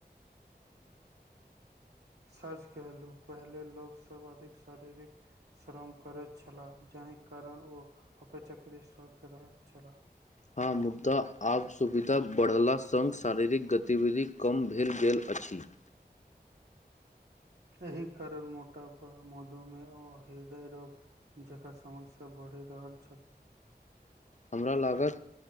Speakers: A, on the right (about 80°); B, on the left (about 45°).
A: सच कहलहु पहिले लोक सभ अधिक शारीरिक श्रम करैत छलाह जे एहि कारण ओ अपचक्री सवस्थ रहैत छलाह
B: हँ मुदा आब सुविधा बढ़ला सङ्ग शारीरिक गतिविधि कम भेल गेल अछि <inaudible>
A: एहि कारण मोटापा मधुमेह हृदय रोग जेका समस्या बढ़ बढ़ि रहल छथिन
B: हमरा लागल